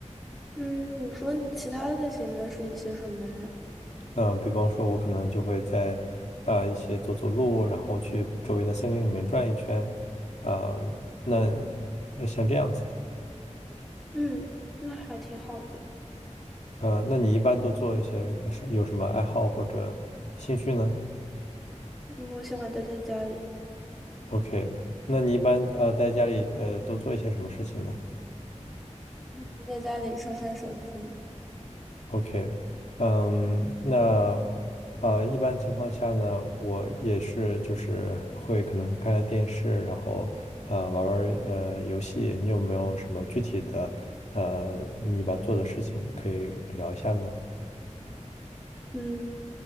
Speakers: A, in the centre; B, on the left (about 65°).
A: 嗯，你说你其他类型的是一些什么呢？
B: 嗯、呃比方说，我可能就会在呃一些走走路，然后去周围的森林里面转一圈，嗯、那呃像这样子的，
A: 嗯，那还挺好的。
B: 呃，那你一般都做一些呃是有什么爱好或者兴趣呢
A: 嗯，我喜欢待在家里。
B: ？OK，那你一般呃在家里呃都做一些什么事情呢？
A: 我在家里刷刷手机。
B: OK，嗯，那呃，一般情况下呢，我也是就是会可能看看电视，然后呃玩玩儿呃游戏。你有没有什么具体的呃你一般做的事情可以聊一下呢？
A: 嗯，